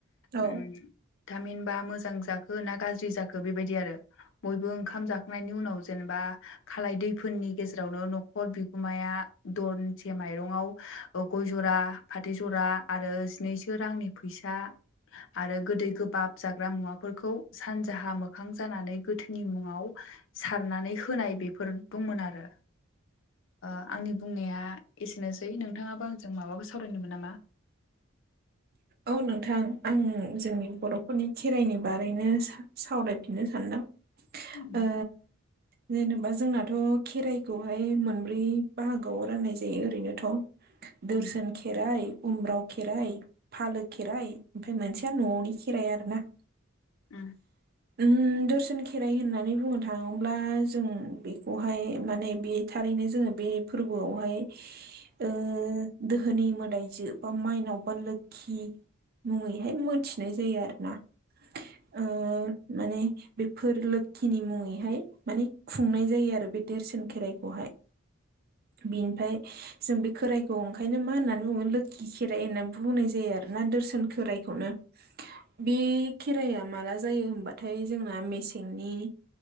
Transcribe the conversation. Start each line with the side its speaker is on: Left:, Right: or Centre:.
Right: औ
Left: ओम थामहिनबा मोजां जाखो ना गाज्रि जाखो बेबायदि आरो बयबो ओंखाम जाखांनायनि उनाव जेनेबा खालाय दैफोननि गेजेरावनो न'खर बिगोमाया दनसे माइरंआव गय जरा फाथै जरा आरो जिनैसो रांनि फैसा आरो गोदै गोबाब जाग्रा मुवाफोरखौ सानजाहा मोखां जानानै गोथैनि मुङाव सारनानै होनाय बेफोर दंमोन आरो ओ आंनि बुंनाया एसेनोसै नोंथाङाबो आंजों माबाखौ सावरायनोमोन नामा?
Right: औ नोंथां आं जोंनि बर'फोरनि खेराइनि बारैनो सा-सावरायफिननो सानदों।
Left: उम
Right: ओ जेनेबा जोंनाथ' खेराइखौहाय मोनब्रै बाहागोआव राननाय जायो ओरैनोथ'
Left: उम
Right: दोर्सोन खेराइ, उम्राव खेराइ फालो खेराइ, ओमफाय मोनसेया न'आवनि खेराइ आरो ना।
Left: उम।
Right: ओम दोर्सोन खेराइ होननानै बुंनो थाङोब्ला जों बेखौहाय माने बि थारैनो जोङो बे फोरबोआवहाय ओ दोहोनि मोदायजो बा माइनाव बान्दो खि मुङैहाय मोनथिनाय जायो आरो ना ओ माने बेफोर लोखिनि मुङैहाय माने खुंनाय जायो आरो बे देरसोन खेराइखौहाय।
Left: <inaudible>
Right: बेनिफाय जों बे खोराइखौ ओंखायनो मा होननानै बुङो लोखि खेराइ होननानै बुंनाय। जायो आरोना दोर्सोन खोरायखौनो बे खेराया माला जायो होनबाथाय जोंना मेसेंनि